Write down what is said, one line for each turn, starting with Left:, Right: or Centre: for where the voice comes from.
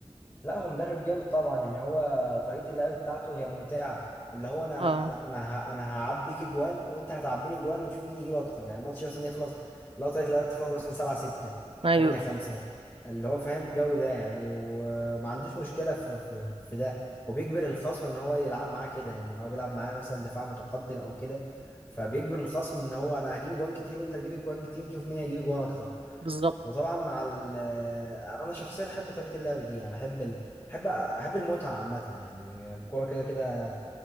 Left: لا هو مدرب جامد طبعا يعني هو طريقة اللعب بتاعته هي ممتعة اللي هو انا
Right: اه
Left: انا انا ه- انا هعبيك اجوان وانت هتعبيني اجوان ونشوف مين يجيب اكتر يعني الماتش مثلا يخلص لو طريقة اللعب تخلص مثلا 7 6
Right: ايوه
Left: 8 5 اللي هو فاهم الجو ده يعني وما عندوش مشكلة في, في, في ده وبيجبر الخصم ان هو يلعب معاه كده يعني لو هو بيلعب معاه مثلا دفاع متقدم او كده فبيجبر الخصم ان هو انا هجيب اجوان كتير وانت هتجيب اجوان كتير ونشوف مين هيجيب اجوان اكتر
Right: بالظبط
Left: وطبعا مع ال انا شخصيا احب طريقه اللعب دي يعني احب ال... احب احب المتعه عامه يعني الكوره كده كده